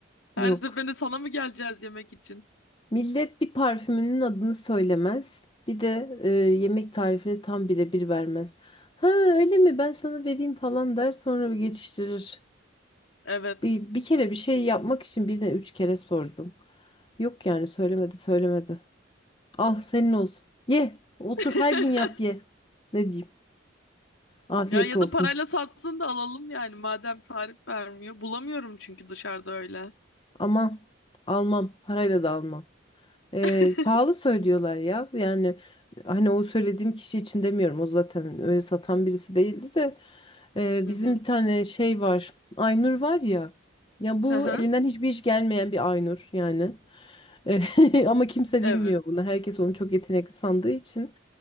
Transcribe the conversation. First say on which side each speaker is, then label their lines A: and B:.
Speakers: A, on the left; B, on the left.
A: Her
B: yok.
A: seferinde sana mı geleceğiz yemek için?
B: Millet bir parfümünün adını söylemez. Bir de e, yemek tarifini tam birebir vermez. Ha öyle mi ben sana vereyim falan der sonra bir geçiştirir.
A: Evet.
B: Bir, bir kere bir şey yapmak için birine üç kere sordum. Yok yani söylemedi söylemedi. Al senin olsun. Ye otur
A: <laughs>
B: her gün yap ye. Ne diyeyim? Afiyet
A: Ya ya
B: olsun.
A: da parayla satsın da alalım yani madem tarif vermiyor. Bulamıyorum çünkü dışarıda öyle.
B: Aman almam parayla da almam. Ee,
A: <laughs>
B: pahalı söylüyorlar ya. Yani hani o söylediğim kişi için demiyorum. O zaten öyle satan birisi değildi de. Ee,
A: Hı
B: bizim
A: hı.
B: bir tane şey var. Aynur var ya. Ya bu
A: Hı hı.
B: elinden hiçbir iş gelmeyen bir Aynur yani. Ee, <laughs> ama kimse
A: Evet.
B: bilmiyor bunu. Herkes onu çok yetenekli sandığı için.